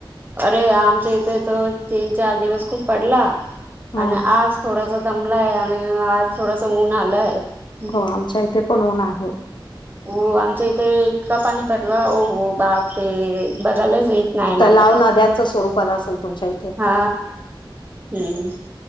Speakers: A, on the right (about 25°); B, on the left (about 65°).
A: अरे आमच्या इथे त तीन चार दिवस खूप पडला
B: हा
A: आणि आज थोडस दमलंय आणि आज थोडस ऊन आलं आहे
B: हो आमच्या इथे पण ऊन आहे
A: हो आमच्या इथे इतका पाणी पडला हो हो बाप हे बघायलाच येत नाही
B: तलाव
A: मला तर
B: नद्यांचं स्वरूप आलं असेल तुमच्या इथे
A: हा हम्म